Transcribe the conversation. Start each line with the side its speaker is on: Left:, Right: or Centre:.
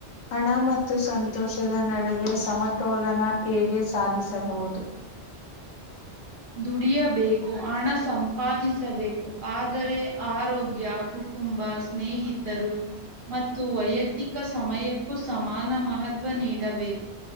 Left: ಹಣ ಮತ್ತು ಸಂತೋಷ ಶದ ನಡುವೆ ಸಮತೋಲನ ಹೇಗೆ ಸಾಧಿಸಬಹುದು
Right: ದುಡಿಯಬೇಕು ಹಣ ಸಂಪಾದಿಸಬೇಕು ಆದರೆ ಆರೋಗ್ಯ ಕುಟುಂಬ ಸ್ನೇಹಿತರು ಮತ್ತು ವೈಯಕ್ತಿಕ ಸಮಯಕ್ಕೂ ಸಮಾನ ಮಹತ್ವ ನೀಡಬೇಕು